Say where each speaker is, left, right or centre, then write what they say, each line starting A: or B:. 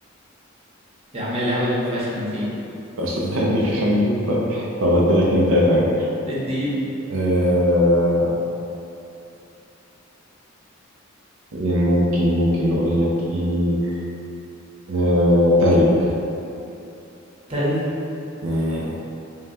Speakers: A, on the right; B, on the right.
A: يا عم اللعبة دي مفيهاش خنزير
B: طب صدقني في خنزير طيب طب هديلك انت تاني
A: اديني
B: آه إيه، ممكن ممكن نقول لك ايه آه تلج
A: تلج
B: مم.